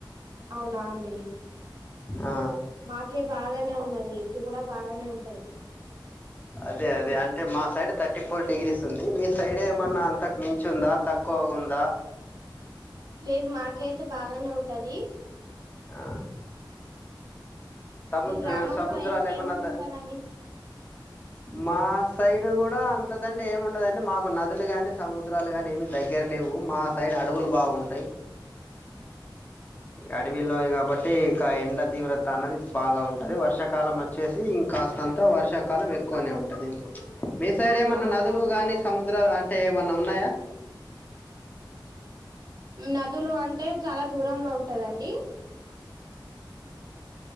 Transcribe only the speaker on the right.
అవునా అండి
మాకే బాగానే ఉన్నది ఇంటి కూడ బాగానే ఉంటది
లేదు మాకయితే బాగానే ఉంటది
మీ గ్రామంలో
ఏ
ఏమేమి
ఉంటందండి
అవునా
అండి
నదులు అంటే చాలా దూరంలో ఉంటదండి.